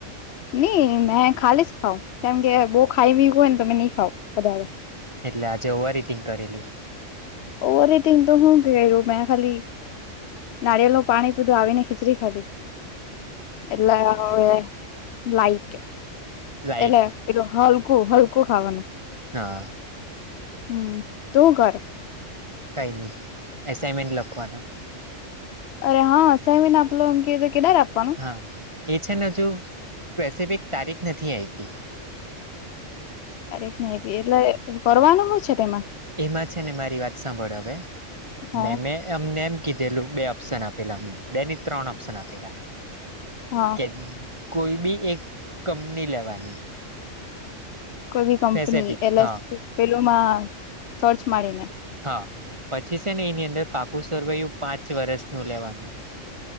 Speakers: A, on the left (about 65°); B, on the right (about 25°).
A: ની મે ખાલી જ ખાવ કેમ કે બો ખાઈ બી હોય ને તો તમે ની ખાવ વધારે
B: એટલે આજે ઓવર ઇટિંગ કરેલું
A: ઓવર ઈટિંગ તો હું મેં ખાલી નારિયેલ નું પાણી પીધું આવીને ખીચડી ખાધી એટલે અને લાઈટ
B: લાઈટ
A: એટલે એલું હલકું હલકું ખાવાનું
B: હા
A: હમ તું હુકરે
B: કંઈ ની એસાઈમેન્ટ લખવાનો
A: અરે હા <unintelligible> અને આપલો એમ કેયએ તો કેદાર આપવાનું
B: હા એ છે ને હજુ સ્પેસિફિક તારીખ નથી આયપી <inaudible>
A: તારીક ની આયપી એટલે કરવાનું હૂ છે તેમાં
B: એમાં છે ને મારી વાત સાંભળ હવે
A: હા.
B: મેમે એમને એમ કીધેલું બે ઓપ્શન આપેલા અમને બેની ત્રણ ઓપ્શન આપેલા
A: હા
B: કે કોઈ બી એક કંપની લેવાની
A: કોઈ બી કંપની
B: સ્પેસિફિક
A: એટલે
B: હા
A: પેલુંમાં સર્ચ મારી ને
B: હા પછી છે ને એની અંદર પાકુ <unintelligible> પાંચ વર્ષનું લેવાનું